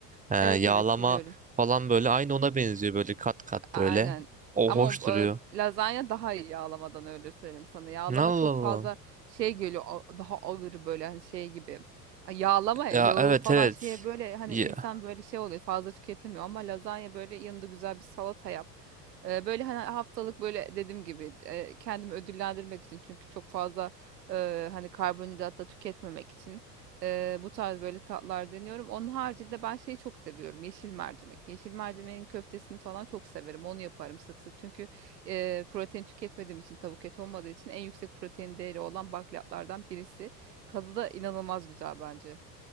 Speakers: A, on the right; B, on the right.
A: Ee, yağlama
B: Evet evet biliyorum.
A: falan böyle aynı ona benziyor böyle kat kat
B: A-
A: böyle.
B: Aynen.
A: O
B: Ama
A: hoş
B: o,
A: duruyor.
B: e, lazanya daha iyi yağlamadan öyle söyleyeyim sana. Yağlama
A: Allah
B: çok
A: Allah.
B: fazla şey geliyor a- daha ağır böyle hani şey gibi. A, Yağlama ya
A: Ya
B: yağı
A: evet
B: falan
A: evet.
B: şeye böyle hani
A: Ya,
B: insan böyle şey oluyor fazla tüketemiyor ama lazanya böyle yanında güzel bir salata yap. E, Böyle hani haftalık böyle dediğim gibi e, kendimi ödüllendirmek için çünkü çok fazla e, hani karbonhidrat da tüketmemek için. Ee, bu tarz böyle tatlar deniyorum. Onun haricinde ben şeyi çok seviyorum. Yeşil mercimek. Yeşil mercimeğin köftesini falan çok severim. Onu yaparım sık sık. Çünkü e, protein tüketmediğim için tavuk eti olmadığı için en yüksek protein değeri olan bakliyatlardan birisi. Tadı da inanılmaz güzel bence.